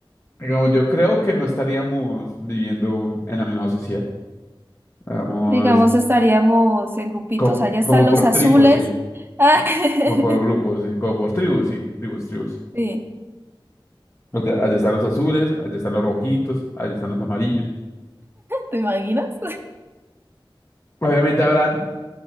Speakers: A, on the left; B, on the right.
A: Digamos, yo creo que no estaríamos viviendo en la misma sociedad. Vamos,
B: Digamos, estaríamos en grupitos,
A: Como,
B: allá están
A: como
B: los
A: por
B: azules.
A: tribus, sí.
B: Ah, <laughs>
A: Como por grupos, sí. Como por tribus, sí. Tribus, tribus.
B: sí,
A: O sea, allá están los azules, allá están los rojitos, allá están los amarillos.
B: ¿te imaginas?
A: Obviamente habrán